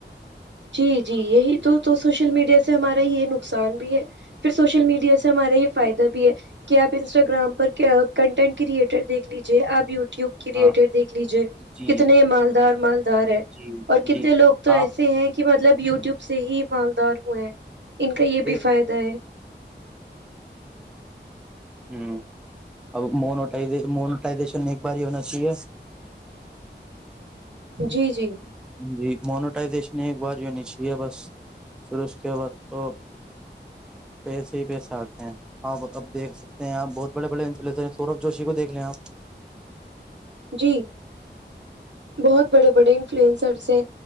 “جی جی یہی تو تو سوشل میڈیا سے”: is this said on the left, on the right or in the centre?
Right